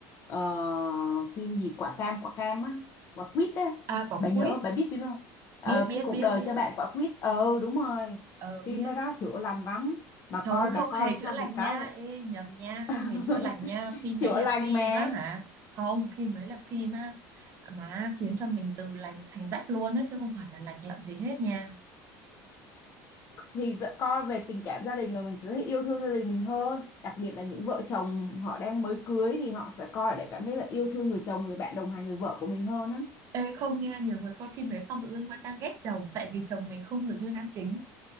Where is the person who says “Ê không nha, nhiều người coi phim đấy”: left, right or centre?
Right